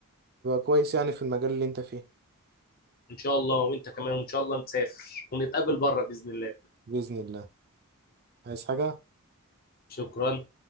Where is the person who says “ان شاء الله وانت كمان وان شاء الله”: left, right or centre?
Left